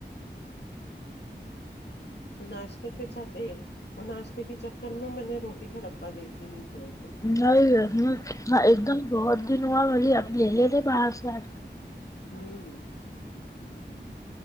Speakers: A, on the left; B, on the left.
A: وہ ناشتے پہ چ دے وہ ناشتے کے چکر میں میں نے روٹی کا ڈبا دے کے نہیں ہوئے
B: نہیں ایک دم بہت دن ہوا بلی اب لے لیتے باہر سے
A: ہوں